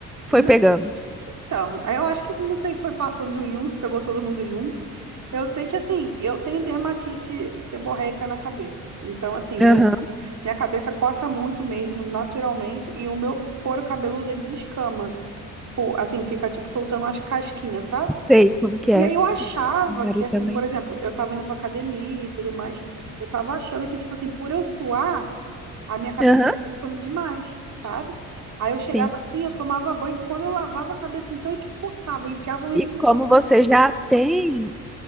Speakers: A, in the centre; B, on the right.
A: Foi
B: na-
A: pegando.
B: então, aí eu acho que, não sei se foi passando de um em um, se pegou todo mundo junto, eu sei que, assim, eu tenho dermatite seborreica na cabeça, então, assim, meu,
A: Aham.
B: minha cabeça coça muito mesmo, naturalmente, e o meu couro cabeludo, ele descama, O- assim, fica, tipo, soltando umas casquinhas, sabe?
A: Sei como que é.
B: E aí eu achava
A: Meu marido
B: que, assim,
A: também.
B: por exemplo, eu tava indo pra academia e tudo mais, eu tava achando que, tipo assim, por eu suar, a minha cabeça
A: Aham.
B: tava funcionando demais, sabe? Aí eu chegava
A: Sim.
B: assim, eu tomava banho, quando eu lavava a cabeça, então, e que coçava, eu enfiava um assim,
A: E
B: eu
A: como
B: coçava,
A: você já tem.